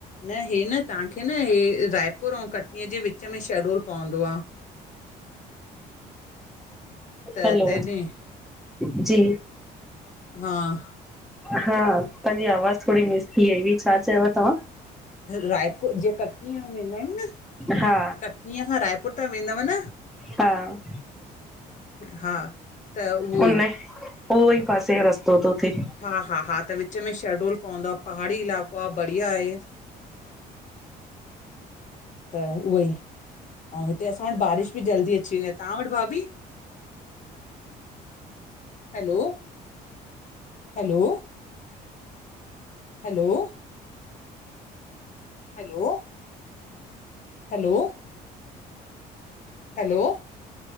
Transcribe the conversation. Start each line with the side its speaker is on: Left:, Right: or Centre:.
Left: न हे न तव्हांखे न, हे रायपुर ऐंऊ कटनीअ जे विच विच में शेडूल पवंदो आ। त
Centre: हलो,
Left: तॾहिं
Centre: जी।
Left: हां।
Centre: हां, तांजी आवाज़ थोरी मिस थी वई हुई, छा चयव तव्हां?
Left: रायपुर, जीअं कटनीअ में वेंदा आहियूं न?
Centre: हा
Left: कटनीअ खां रायपुर त वेंदव न?
Centre: हां।
Left: हां, त उहो
Centre: उन
Left: ई।
Centre: उहो ई पासेयो रस्तो थो थे।
Left: हां, हां-हां, त विच में शेडूल पवंदो, पहाड़ी इलाक़ो आ बढ़िया आहे। त उहो ई, अऊं हिते असां वटि बारिश बि जल्दी अची वेंदी आ, तां वटि भाभी?
Centre: <inaudible>
Left: Hello! Hello! Hello! Hello! Hello! Hello!